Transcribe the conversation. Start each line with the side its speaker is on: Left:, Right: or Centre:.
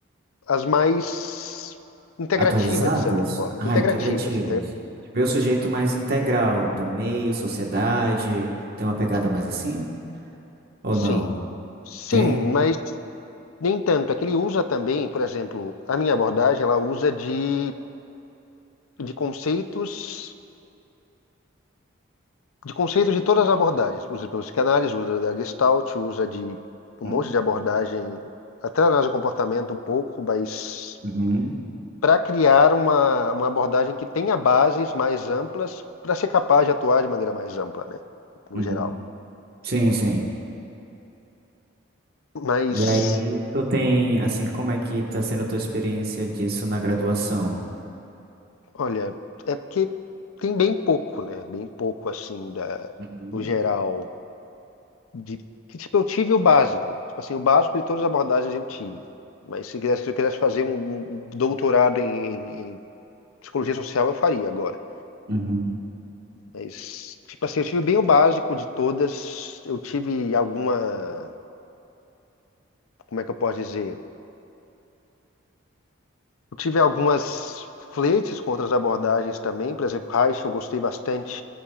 Left: as mais integrativas,
Right: Atualizadas?
Left: de certa forma.
Right: Ah,
Left: Integrativas,
Right: integrativas.
Left: integra-
Right: De ver
Left: integrativas.
Right: o sujeito mais integral, do meio, sociedade. Tem uma pegada mais assim? Ou
Left: Sim.
Right: não?
Left: Sim,
Right: Tem?
Left: mas nem tanto. É que ele usa também, por exemplo, a minha abordagem, ela usa de, de conceitos, de conceitos de todas as abordagens. Usa pela psicanálise, usa da Gestalt, usa de um
Right: Hum?
Left: monte de abordagem, até análise do comportamento um pouco, mas
Right: Uhum.
Left: para criar uma, uma abordagem que tenha bases mais amplas para ser capaz de atuar de maneira mais ampla, né? No
Right: Uhum.
Left: geral.
Right: Sim, sim.
Left: Mas,
Right: E aí, tu tem, assim, como é que tá sendo a tua experiência disso na graduação?
Left: olha, é porque tem bem pouco, né? Bem pouco, assim, da,
Right: Uhum.
Left: no geral. De, que, tipo, eu tive o básico. Tipo assim, o básico de todas as abordagens eu tive. Mas se quisesse, se eu quisesse fazer um, um um doutorado em, em- em psicologia social, eu faria agora.
Right: Uhum.
Left: Mas, tipo assim, eu tive bem o básico de todas. Eu tive alguma, como é que eu posso dizer? Eu tive algumas fletes com outras abordagens também, por exemplo, Reich eu gostei bastante.